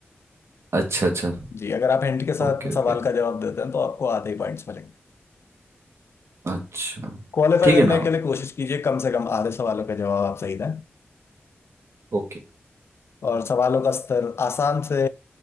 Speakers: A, on the right; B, on the left.
A: अच्छा अच्छा
B: जी अगर आप हिंट के साथ
A: Okay okay
B: सवाल का जवाब देते हैं तो आपको आधे ही पॉइंट्स मिलेंगे
A: अच्छा
B: क्वालिफाई
A: ठीक
B: करने
A: है ना आप
B: के लिए कोशिश कीजिए कम से कम आधे सवालों का जवाब आप सही दें
A: ओके
B: और सवालों का स्तर आसान से